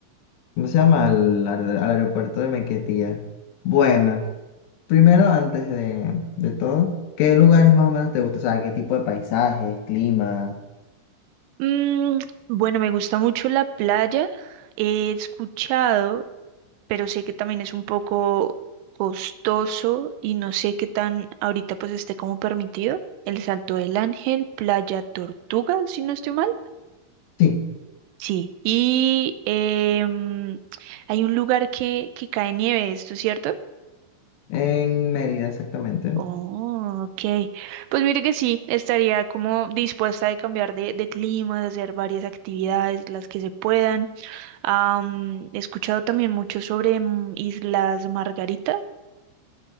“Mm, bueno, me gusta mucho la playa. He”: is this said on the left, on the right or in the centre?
Right